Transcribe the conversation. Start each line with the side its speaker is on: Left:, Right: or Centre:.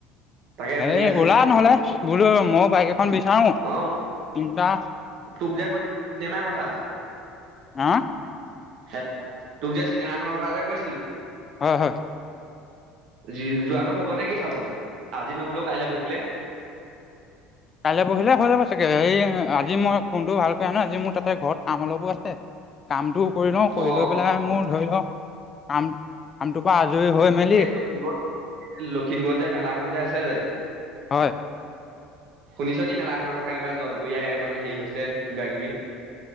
Right: তাকে
Left: এই
Right: শুনি আছো
Left: ওলা নহ'লে বোলো মই বাইক এখন বিচাৰো।
Right: অ
Left: তিনিটা
Right: তোক যে কৈছে চিনেমাৰ কথা।
Left: হা?
Right: হেল্ল তোক যে চিনেমাখনৰ কথা যে কৈছিলো।
Left: হয় হয়।
Right: যি যোৱাটো হ'ব নেকি চাবলে, আজি নহ'লেও কাইলৈ পৰহিলে।
Left: কাইলৈ পৰহিলৈ হৈ যাব চাগে, এই আজি মই ফোনটো ভাল কৰি আনো আজি মোৰ তাতে ঘৰত কাম অলপো আছে। কামটো কৰি লও কৰি
Right: অ
Left: লৈ পেলাই মোৰ ধৰিল কাম কামটোৰ পৰা আজৰি হৈ মেলি
Right: এই লখিমপুৰত লখিমপুৰত যে মেলাখনযে আছে যে
Left: হয়।
Right: শুনিছা নি মেলা খনৰ কথা কিবা জলপৰীয়াই মানে হেৰি হৈছে কিবা কিবি?